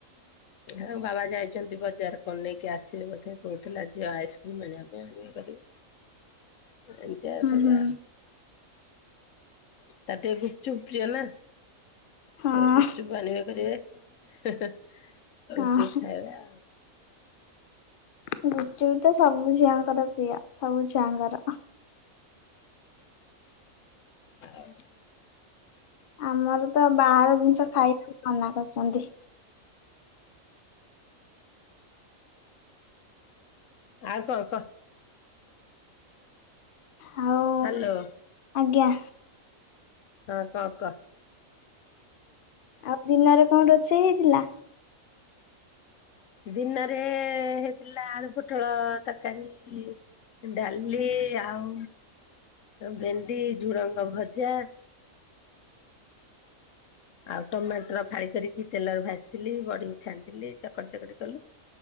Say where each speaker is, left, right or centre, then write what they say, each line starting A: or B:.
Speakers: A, on the left; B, on the left.
A: ଆଉ ବାବା ଯାଇ ଯେମିତି ବଜାର କଣ ନେଇକି ଆସିବେ ବୋଧେ। କହୁଥିଲା ଝିଅ ଆଇସ୍କ୍ରିମ ଆଣିବା ପାଇଁ ଆଣିବେ କରିବେ। ଏମିତିଆ ସବୁ
B: ହୁଁ
A: ଆ ତାର ଟିକେ ଗୁପ୍ ଚୁପ୍ ପ୍ରିୟ ନା।
B: ହଁ
A: ଏ ଗୁପଚୁପ ଆଣିବେ କରିବେ। <unintelligible>
B: ହଁ
A: ଗୁପଚୁପ୍ ଖାଇବା ଆଉ।
B: ଗୁପଚୁପ ତ ସବୁ ଝିଅଙ୍କର ପ୍ରିୟ ସବୁ ଛୁଆଙ୍କର।
A: ଆଉ।
B: ଆମର ତ ବାହାର ଜିନିଷ ଖାଇବାକୁ
A: କଣ?
B: ମନା କରି ଛନ୍ତି।
A: ଆଉ କଣ କହ।
B: ଆଉ
A: ହ୍ୟାଲୋ।
B: ଆଜ୍ଞା।
A: ହଁ କଣ କହ।
B: ଆଉ ଦିନରେ କଣ ରୋଷେଇ ହେଇଥିଲା?
A: ଦିନରେ ହେଇଥିଲା ଆଳୁ ପୋଟଳ ତରକାରୀ, ଡାଲି ଆଉ ଭେଣ୍ଡି, ଝୁଡ଼ଙ୍ଗ ଭଜା ଆଉ ଟମାଟର ଫାଳି କରିକି ତେଲରେ ଭାଜିଥିଲି, ବଡି ଛାଣିଥିଲି ଚ ଚକଡା ଚକଡି କଲୁ